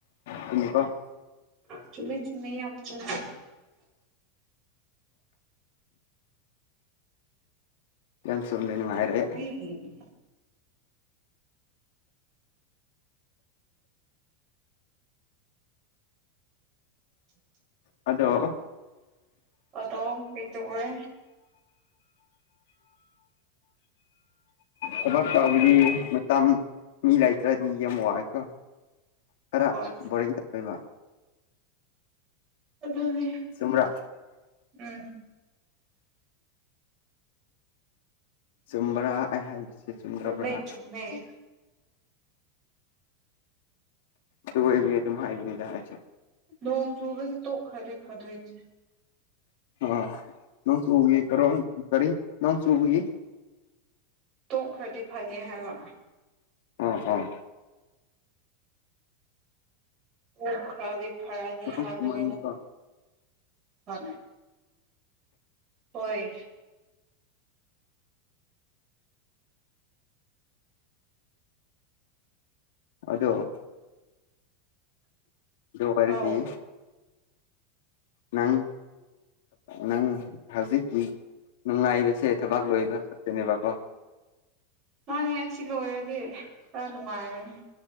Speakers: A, on the left; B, on the right.
A: ꯆꯨꯝꯃꯤꯀꯣ
B: ꯆꯨꯝꯃꯦ ꯆꯨꯝꯃꯦ ꯌꯥꯝ ꯆꯨꯝꯃꯦ
A: ꯌꯥꯝ ꯆꯨꯝꯃꯦ ꯅꯨꯡꯉꯥꯏꯔꯦ
B: ꯎꯝ <unintelligible>
A: ꯑꯗꯣ
B: ꯑꯗꯣ ꯀꯩ ꯇꯧꯔꯦ
A: ꯊꯥꯕꯛ ꯇꯧꯕꯗꯤ ꯃꯇꯝ ꯃꯤ ꯂꯩꯇ꯭ꯔꯦ ꯌꯥꯝ ꯋꯥꯏꯀꯣ ꯇꯔꯥ
B: ꯍꯣꯏ
A: ꯕꯣꯔꯤꯡ ꯂꯩꯕ
B: ꯑꯗꯨꯅꯤ
A: ꯆꯨꯝꯕ꯭ꯔꯥ
B: ꯎꯝ
A: ꯆꯨꯝꯕ꯭ꯔꯥ ꯑꯩ ꯍꯥꯏꯕꯁꯦ ꯆꯨꯝꯗ꯭ꯔꯕ꯭ꯔꯥ
B: ꯆꯨꯝꯃꯦ ꯆꯨꯝꯃꯦ
A: ꯇꯣꯏꯕꯤ ꯑꯗꯨꯝ ꯍꯥꯏꯕꯅꯤꯗ ꯑꯩꯁꯨ
B: ꯅꯣꯡ ꯆꯨꯕꯁꯦ ꯇꯣꯛꯈ꯭ꯔꯥꯗꯤ ꯐꯥꯗꯣꯏꯅꯦ
A: ꯑ ꯅꯣꯡ ꯆꯨꯒꯤꯕ꯭ꯔꯣ ꯀꯔꯤ ꯅꯣꯡ ꯆꯨꯒꯤ
B: ꯇꯣꯛꯈ꯭ꯔꯗꯤ ꯐꯥꯅꯤ ꯍꯥꯏꯕ
A: ꯑꯣ ꯑꯣ
B: ꯇꯣꯛꯈ꯭ꯔꯥꯗꯤ ꯐꯥꯔꯅꯤ
A: ꯅꯣꯡ
B: ꯍꯥꯏꯕꯅꯤꯗ
A: ꯆꯨꯃꯟꯀꯣ
B: ꯍ ꯍꯣꯏ
A: ꯑꯗꯣ ꯗꯣ ꯍꯥꯏꯔꯗꯤ
B: ꯑꯧ
A: ꯅꯪ ꯅꯪ ꯍꯧꯖꯤꯛꯀꯤ ꯅꯨꯡꯉꯥꯏꯕꯁꯦ ꯊꯕꯛ ꯂꯣꯏꯕ ꯈꯛꯇꯅꯦꯕꯀꯣ
B: ꯃꯥꯅꯦ ꯑꯁꯤ ꯂꯣꯏꯔꯗꯤ ꯈꯥꯔ ꯅꯨꯡꯉꯥꯏꯔ